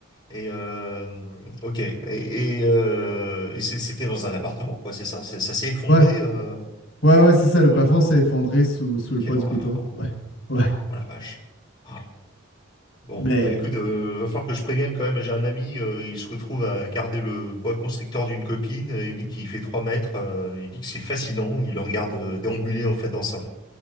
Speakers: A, on the left; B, on the left.
A: Et euh, ok. Et, et, euh, et c'est- c'était dans un appartement, quoi, c'est ça? C'est- Ça s'est effondré.
B: Ouais,
A: euh,
B: Ouais, ouais, c'est ça, le
A: Voilà,
B: plafond s'est effondré sous, sous le
A: quelle
B: poids du
A: horreur.
B: piton. Ouais, ouais,
A: Oh la vache. Ah. Bon,
B: mais
A: euh, écoute, euh, va falloir que je prévienne quand même. J'ai un ami, euh, il se retrouve à garder le bois constrictor d'une copine. euh, Il dit qu'il fait 3 mètres. euh, il dit que c'est fascinant. Il le regarde euh, déambuler en fait dans sa